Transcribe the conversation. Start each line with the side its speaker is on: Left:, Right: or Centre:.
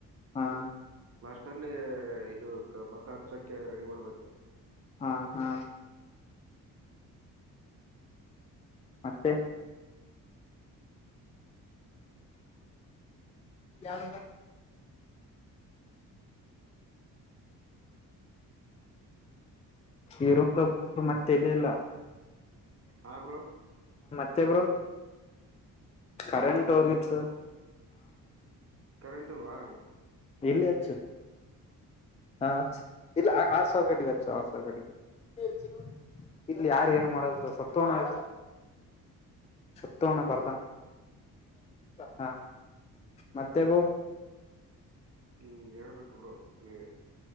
Left: ಹಾ
Right: ಮಲ್ಲಿ ಇ ಮಂತ್ ಹಚ್ಚೋಕ್ಕೆ ರೆಡಿ ಮಾಡ್ಬೇಕ
Left: ಹಾ ಹಾ ಮತ್ತೆ ಹ ಈರ ಮತ್ತೇಲ್ಲಲ್ಲ
Right: ಹ ಬ್ರೋ
Left: ಮತ್ತೆ ಬ್ರೋ ಕರೆಂಟ್
Right: ಹೇಳ್ಬೇಕು
Left: ಹೋಗಿತ್ತು
Right: ಕರೆಂಟ್ ಅಲ್ವಾ
Left: ಇಲ್ಲಿ ಅಚ್ಚು ಹ ಇಲ್ಲಿ ಆ ಸಕಟಿಗೆಚ್ಚು ಆ ಸಿಗೆ ಇತ ಇಲ್ಲಿ ಯಾರ ಏನ್ ಮಾಡಲ್ ಸುತ್ತಣ ಸಂತು ಅಣ್ಣ ಬಂದನಾ ಹ ಮತ್ತೆ ಬ್ರೋ
Right: ಹೂ ಹೇಳ್ಬೇಕ ಬ್ರೋ ನೀವೆ